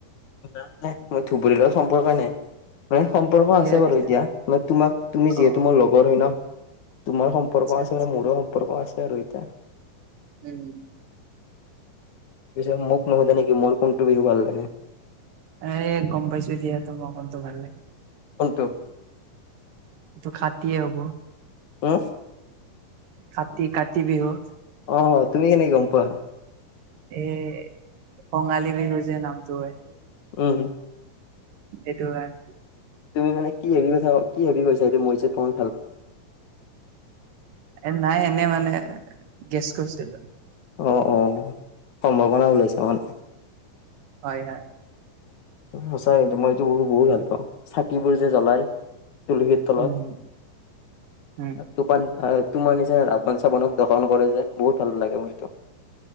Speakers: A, on the left; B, on the right.
A: নাই নাই, মই ধুবুৰীৰ লগত সম্পৰ্কই নাই। মানে সম্পৰ্ক
B: কিয়া
A: আছে বাৰু
B: কিয়া?
A: এতিয়া, মানে তোমাক, তুমি যিহেতু
B: অ অ
A: মোৰ লগৰ হয় ন! তোমাৰ সম্পৰ্ক
B: আচ্ছা
A: আছে
B: আচ্ছা
A: মানে, মোৰো সম্পৰ্ক আছে আৰু এতিয়া।
B: উম্,
A: পিছে মোক নুশুধে নেকি? মোৰ কোনটো বিহু ভাল লাগে।
B: এ গম পাইছোঁ দিয়া, তোমাৰ কোনটো ভাল লাগে।
A: কোনটো?
B: টো কাতিয়ে হ'ব।
A: উম্।
B: কাতি, কাতি বিহু।
A: অ', তুমি কেনেকে গম পোৱা?
B: এ কঙালী বিহু যে, নামটো হয়।
A: উম্।
B: সেইটো কাৰণে।
A: তুমি মানে কি ভাবি কথা, কি ভাবি কৈছাঁ। সেইটো মইযে প্র
B: এ নাই এনেই মানে, গেছ কৰিছিলোঁ।
A: অ', অ', সম্ভাৱনা ওলাইছাঁ মানে।
B: হয়, হয়।
A: সঁচাই, মইটো এইটো বিহু বহুত ভাল পাওঁ, চাকিবোৰ যে জ্বলাই। তুলসীৰ তলত।
B: উম উম
A: তোমান এ, তোমাৰ নিচনা ৰাৱণ-চাবণক দৰ্শন কৰে যে, বহুত ভাল লাগে মোৰ সেইটো।